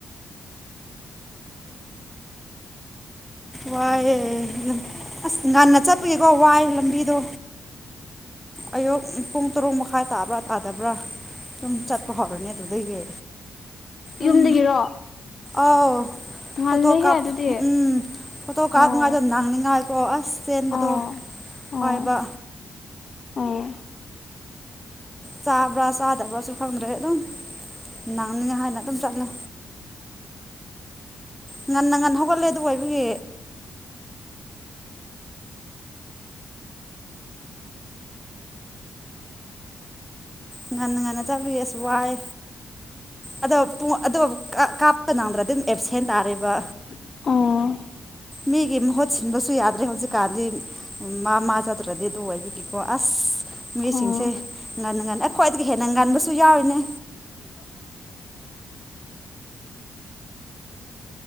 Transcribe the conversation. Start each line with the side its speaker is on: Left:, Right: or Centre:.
Centre: ꯋꯥꯏꯌꯦ ꯑꯁ ꯉꯟꯅ ꯆꯠꯄꯒꯤꯀꯣ ꯋꯥꯏ ꯂꯝꯕꯤꯗꯣ ꯑꯌꯨꯛ ꯄꯨꯡ ꯇꯔꯨꯛ ꯃꯈꯥꯏ ꯇꯥꯕ꯭ꯔꯥ ꯇꯥꯗꯕ꯭ꯔꯥ ꯁꯨꯝ ꯆꯠꯄ ꯍꯧꯔꯅꯤ ꯑꯗꯨꯗꯒꯤ ꯎꯝ
Left: ꯌꯨꯝꯗꯒꯤꯔꯣ
Centre: ꯑꯥꯎ
Left: ꯉꯜꯂꯦꯍꯦ
Centre: ꯐꯣꯇꯣ ꯀꯥꯞ
Left: ꯑꯗꯨꯗꯤ
Centre: ꯎꯝ ꯐꯣꯇꯣ ꯀꯥꯞꯃꯤꯉꯩꯗ
Left: ꯑꯣ
Centre: ꯅꯅꯤꯡꯉꯥꯏꯀꯣ ꯑꯁ ꯆꯦꯟꯕꯗꯣ
Left: ꯑꯣ ꯑꯣ
Centre: ꯍꯥꯏꯕ
Left: ꯑꯣ
Centre: ꯆꯥꯕ꯭ꯔꯥ ꯆꯥꯗꯕ꯭ꯔꯥꯁꯨ ꯈꯪꯗ꯭ꯔꯦ ꯑꯗꯨꯝ ꯅꯪꯅꯤꯉꯥꯏ ꯍꯥꯏꯅ ꯆꯠꯂꯦ ꯉꯟꯅ ꯉꯟꯅ ꯍꯧꯒꯠꯂꯦ ꯑꯗꯨꯒ ꯑꯩꯗꯤ ꯉꯟꯅ ꯉꯟꯅ ꯆꯠꯂꯒꯦꯁꯨ ꯋꯥꯏ ꯑꯗꯣ ꯑꯗꯨ ꯀꯥꯞꯄ ꯅꯪꯗ꯭ꯔꯗꯤ ꯑꯦꯞꯁꯦꯟ ꯇꯥꯔꯤꯕ
Left: ꯑꯣ
Centre: ꯃꯤꯒꯤ ꯃꯍꯨꯠ ꯁꯤꯟꯕꯁꯨ ꯌꯥꯗ꯭ꯔꯦ ꯍꯧꯖꯤꯛ ꯀꯥꯟꯗꯤ ꯃꯥ ꯃꯥ ꯆꯠꯇ꯭ꯔꯗꯤ ꯑꯗꯨ ꯂꯣꯏꯕꯤꯅꯤꯀꯣ ꯑꯁ ꯃꯤꯁꯤꯡꯁꯦ
Left: ꯑꯣ
Centre: ꯉꯟꯅ ꯉꯟꯅ ꯑꯩꯈ꯭ꯋꯥꯏꯗꯒꯤ ꯍꯦꯟꯅ ꯉꯟꯕꯁꯨ ꯌꯥꯎꯏꯅꯦ